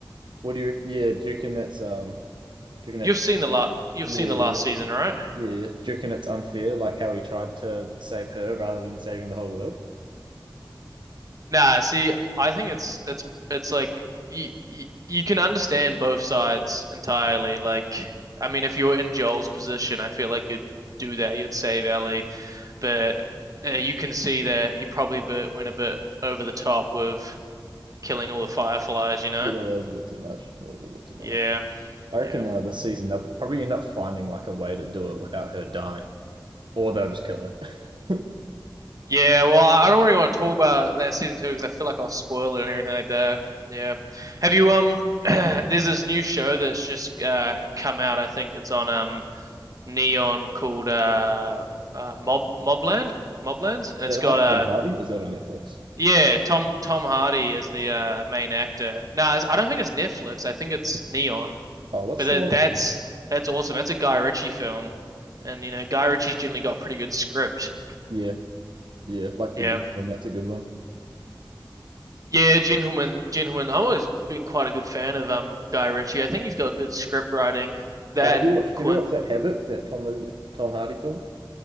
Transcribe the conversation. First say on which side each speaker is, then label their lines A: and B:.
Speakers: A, on the right; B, on the right.
A: What do you? rec- Yeah, do you reckon that's um, do you reckon that's
B: you've seen the la you've
A: yeah,
B: seen
A: yeah,
B: the last season, right?
A: yeah. Do you reckon it's unfair, like how he tried to save her rather than saving the whole world?
B: Nah, see, I think it's it's it's like you, you you can understand both sides entirely. Like, I mean, if you're in Joel's position, I feel like you'd do that. You'd save Ellie, but uh, you can see that he probably bit, went a bit over the top with killing all the fireflies. You know?
A: Yeah, that was a bit too much. That was a bit too much.
B: Yeah,
A: I
B: yeah,
A: reckon uh, this season they'll probably end up finding like a way to do it without her dying. or they'll just kill her. <laughs>
B: yeah. Well, I don't really want to talk about that season two because I feel like I'll spoil it and everything like that. Yeah. Have you um? <clears throat> There's this new show that's just uh come out. I think it's on um. neon called uh, uh Mob Mobland Moblands, and it's
A: that
B: got
A: old
B: a uh
A: Tom Hardy is that on Netflix?
B: yeah Tom Tom Hardy as the uh, main actor. No, it's- I don't think it's Netflix. I think it's Neon,
A: Oh, what's
B: but uh,
A: the one?
B: that's that's awesome. That's a Guy Ritchie film, and you know Guy Ritchie's generally got pretty good script.
A: Yeah, yeah, like
B: Yeah.
A: the gentleman. That's a good one.
B: Yeah, gentlemen, gentlemen. I've always been quite a good fan of um Guy Ritchie. I think he's got good script writing. That
A: Oh, have you
B: and
A: watched? Have
B: Quint.
A: you watched that Havoc? That Tom movie, Tom Hardy film?